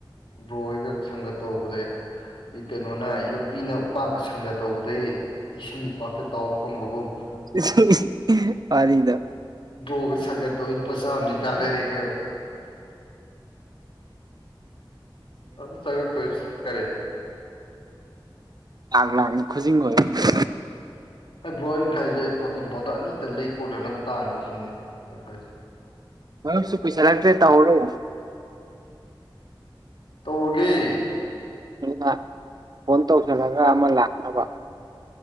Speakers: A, on the left; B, on the right.
A: ꯕ꯭ꯔꯣ ꯍꯣꯏꯒ ꯁꯪꯒ ꯇꯧꯔꯨꯕꯗꯒꯤ ꯀꯩꯅꯣꯅ ꯌꯨꯄꯤꯅ ꯎꯄꯥꯛꯀ ꯁꯪꯒ ꯇꯧꯕꯗꯩ ꯏꯁꯤꯡ ꯏꯄꯥꯛꯇ ꯇꯥꯎ ꯐꯪꯕꯒꯨꯝ
B: ꯢꯁ ꯋꯥꯔꯤꯗꯣ
A: ꯗ꯭ꯔꯣꯒ ꯁꯪꯒ ꯇꯧꯕꯗꯒꯤ ꯂꯨꯄꯥ ꯆꯥꯝꯃꯁꯤ ꯀꯥꯅꯔꯦꯒꯣ ꯑ ꯆ ꯇ ꯀꯔꯤ <inaudible>
B: ꯂꯥꯛꯂꯥꯛꯅ ꯈꯨꯖꯤꯡ ꯑꯣꯢꯗꯣꯢꯅꯦ
A: ꯑꯩ ꯕ꯭ꯔꯣ ꯑꯩ ꯈꯟꯂꯤꯖ‌ꯦ ꯑꯩ ꯄ‌ꯣꯇꯤꯟ ꯄꯥꯎꯗꯔ ꯑꯅꯤꯇ ꯂꯩ ꯀꯣꯅꯅꯕ ꯇꯥꯟꯒ‌ꯦ ꯁꯤꯅꯦ ꯑꯩ ꯈꯟꯂꯤꯖ‌ꯦ
B: ꯃꯔꯨꯞꯁꯨ ꯀꯩꯁꯥꯂꯛꯇ꯭ꯔꯦ ꯇꯧꯍꯧꯔꯣ
A: ꯇꯧꯔꯒꯦ
B: ꯑꯩꯅ ꯐꯣꯟ ꯇꯧꯁꯜꯂꯒ ꯑꯃ ꯂꯥꯛꯅꯕ